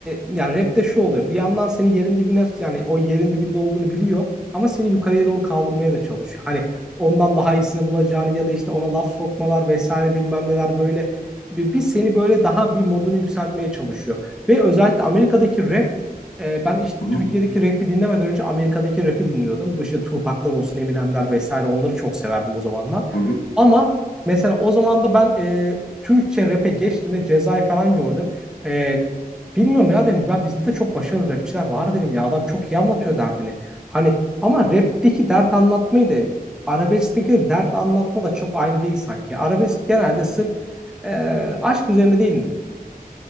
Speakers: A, in the centre; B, on the left.
A: yani rapte şu oluyor. Bir yandan seni yerin dibine yani o yerin dibinde olduğunu biliyor. Ama seni yukarıya doğru kaldırmaya da çalışıyor. Hani ondan daha iyisini bulacağını ya da işte ona laf sokmalar vesaire bilmem neler böyle. Bir, bir seni böyle daha bir modunu yükseltmeye çalışıyor. Ve özellikle Amerika'daki rap e, ben işte
B: Hı hı,
A: Türkiye'deki rap'i dinlemeden önce Amerika'daki rap'i dinliyordum. Bu işte Tupac'lar olsun, Eminem'ler vesaire onları çok severdim o zamanlar.
B: hı hı.
A: Ama mesela o zaman da ben e, Türkçe rap'e geçtiğimde Ceza'yı falan gördüm. E, bilmiyorum ya dedim ya bizde de çok başarılı rapçiler var dedim ya adam çok iyi anlatıyor derdini. Hani ama rap'teki dert anlatmayı da arabeskteki dert anlatma da çok aynı değil sanki. Arabesk genelde sırf e, aşk üzerine değil mi?